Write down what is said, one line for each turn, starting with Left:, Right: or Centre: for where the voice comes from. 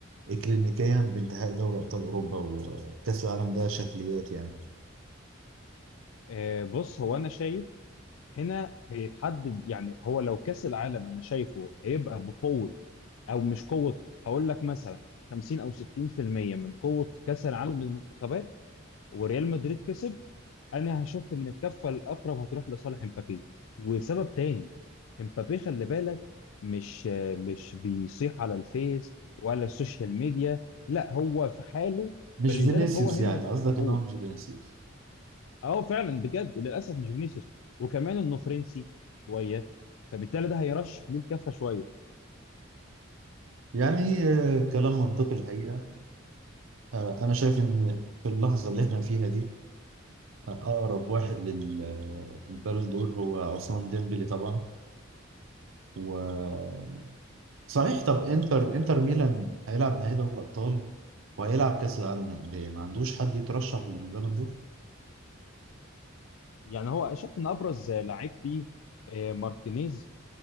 Right: اكلينيكيا بانتهاء دوري ابطال اوروبا وكاس العالم ده شكليات يعني
Left: آه، بص هو انا شايف هنا هيتحدد يعني هو لو كاس العالم انا شايفه هيبقى بقوه او مش قوه هقول لك مثلا 50 او 60% من قوه كاس العالم للمنتخبات وريال مدريد كسب انا هشوف ان الكفه الاقرب هتروح لصالح امبابي وسبب تاني امبابي خلي بالك مش مش بيصيح على الفيس ولا السوشيال ميديا لا هو في حاله
Right: مش
Left: فلذلك
Right: فينيسيوس
Left: هو هنا
Right: يعني
Left: هيبقى
Right: قصدك
Left: محبوب
Right: ان هو مش فينيسيوس
Left: اه فعلا بجد للاسف مش فينيسيوس وكمان انه فرنسي شويه فبالتالي ده هيرشح ليه الكفه شويه
Right: يعني آه، كلام منطقي الحقيقه آه، انا شايف ان في اللحظه اللي احنا فيها دي آه، اقرب واحد للبالون دور هو عثمان ديمبلي طبعا و صحيح طب انتر انتر ميلان هيلعب نهائي دوري الابطال وهيلعب كاس العالم للانديه ما عندوش حد يترشح للبالون دور
Left: يعني هو شايف ان ابرز لعيب فيه آه، مارتينيز